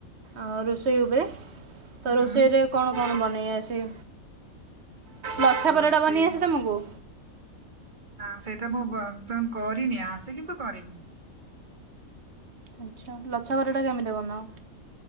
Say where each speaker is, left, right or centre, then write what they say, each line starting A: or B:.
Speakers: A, on the right (about 50°); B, on the right (about 35°).
A: ଆ ରୋଷେଇ ଉପରେ।
B: ହୁଁ
A: ତ ରୋଷେଇରେ କଣ କଣ ବନେଇଆସେ? ଲଛା
B: ଆଉ
A: ପରଟା
B: ସେଇ
A: ବନେଇ ଆସେ ତମକୁ?
B: ହଁ ସେଇଟା ମୁଁ ବର୍ତ୍ତମାନ କରିନି। ଆସେ କିନ୍ତୁ କରିନି।
A: ଆଚ୍ଛା। ଲଛାପରଟା କେମିତି ବନାଅ?